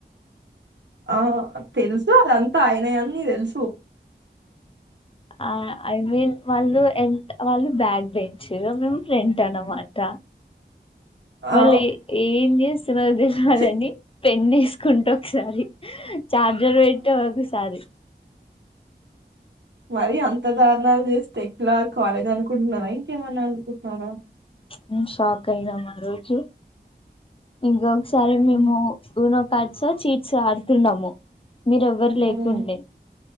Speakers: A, on the right (about 80°); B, on the left (about 30°).
A: ఆ తెలుసు అదంతా ఆయన అన్నీ తెలుసు
B: ఆ ఐ మీన్ వాళ్ళు ఎ వాళ్ళు బ్యాగ్ బెంచరు మేము ఫ్రెట్ అన అన్నమాట వాళ్ళు
A: ఆ
B: ఎ ఏం చేస్తున తెలవాలని
A: ఛీ
B: పెన్నేసుకుంట ఒకసారి చార్జర్ పెట్టు ఒకసారి
A: మరి అంత దారణాలు చేస్తే ఎట్లా కాలేదు అనుకుంటున్నారా ఇంకేమన్నా అనుకుంటున్నారా
B: ప్చ్ మేం షాక్ అయినం ఆ రోజు ఇంకొకసారి
A: హ్మ్
B: మేము గునం కట్సా చీట్స్ ఆడుతున్నాము మీరెవ్వరు
A: హ్మ్
B: లేకుండే